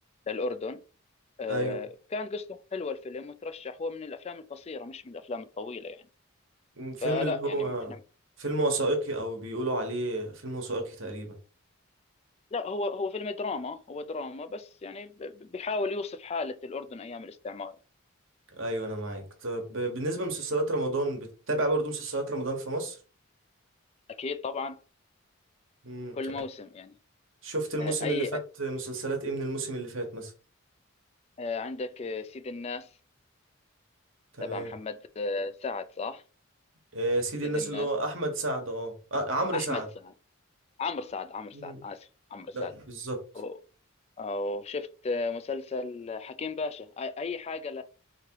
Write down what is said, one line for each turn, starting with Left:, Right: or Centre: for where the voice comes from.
Left: للاردن آه،
Right: ايوه
Left: كان قصته حلوه الفيلم وترشح هو من الافلام القصيره مش من الافلام الطويله يعني
Right: م، فيلم
Left: فلا
Right: اللي هو
Left: يعني احنا
Right: فيلم وثائقي او بيقولوا عليه فيلم وثائقي تقريبا
Left: لا هو هو فيلم دراما هو دراما بس يعني ب- ب- بيحاول يوصف حاله الاردن ايام الاستعمار يعني.
Right: ايوه انا معاك طب بالنسبه لمسلسلات رمضان بتتابع برضو مسلسلات رمضان في مصر
Left: اكيد طبعا
Right: امم
Left: كل موسم يعني
Right: شفت الموسم
Left: آه، اي
Right: اللي فات مسلسلات ايه من الموسم اللي فات مثلا
Left: آه، عندك آه، سيد الناس
Right: تمام
Left: تبع محمد آه، سعد صح
Right: آه سيدي
Left: سيد
Right: الناس
Left: الناس
Right: اللي هو احمد سعد اه آه، عمرو
Left: احمد
Right: سعد
Left: سعد عمرو سعد عمرو
Right: مم.
Left: سعد اسف عمرو سعد
Right: لا بالظبط
Left: و- وشفت آه، مسلسل حكيم باشا أي أي حاجة